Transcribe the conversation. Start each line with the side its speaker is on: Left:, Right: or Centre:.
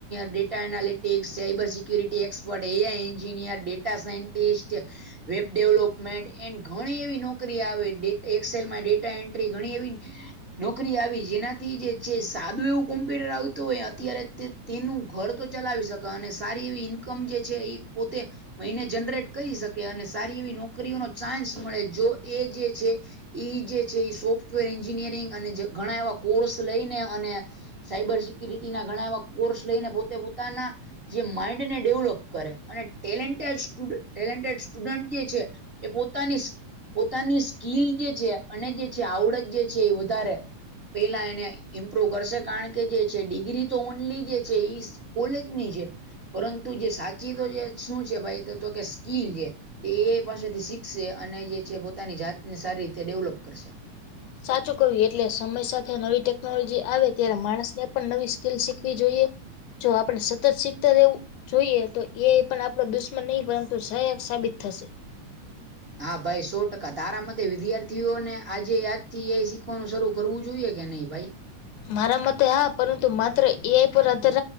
Right: data analytics cyber security expert AI engineer data scientist web development and ઘણી એવી નોક પ્રક્રિયા આવે એક્સેલમાં ડેટા એન્ટ્રી ઘણી એવી નોકરી આવી જેનાથી જે છે સાદું એવું કોમ્પ્યુટર આવતું હોય અત્યારે તે તેનું ઘર તો ચલાવી શકે અને સારી એવી ઈન્કમ જે છે એ પોતે મહિને જનરેટ કરી શકે અને સારી એવી નોકરીઓનો ચાન્સ મળે જો એ જે છે. ઈ જે છે એ સોફ્ટવેર એન્જિનિયરિંગ અને ઘણા એવા કોર્સ લઈને અને સાયબર સિક્યુરિટી ના ઘણા એવા કોર્સ લઈને પોતે પોતાના જે માઇન્ડને ડેવલોપ કરે અને ટેલેન્ટેડ્ટ ટેલેન્ટેડ સ્ટુડન્ટ જે છે. એ પોતાની પોતાની સ્કીિલ જે છે અને જે છે આવડત જે છે એ વધારે. પેલા એને ઇમ્પ્રુવ કરશે કારણ કે જે છે ડિગ્રી તો ઓનલી જે છે. કોલેજની છે પરંતુ જે સાચી તો જે શું છે ભાઈ તો કે સ્કીલ છે. તે એ પાસેથી શીખશે અને જે છે પોતાની જાતને સારી રીતે ડેવલપ કરશે.
Left: સાચું કરવું એટલે સમય સાથે નવી ટેકનોલોજી આવે ત્યારે માણસને પણ નવી સ્કલ શીખવી જોઈએ. જો આપડણે સતત શીખતા રહેવું. જોઈએ તો એ પણ આપડો દુશ્મન નહી પરંતુ સહાયક સાબિત થશે.
Right: હા ભાઈ સો ટકા તારા મતે વિદ્યાર્થીઓને આજે આજ થી એ શીખવાનું શરૂ કરવું જોઈએ કે નહી ભાઈ?
Left: મારા મતે હા પરંતુ માત્ર એ આઈ પર આધાર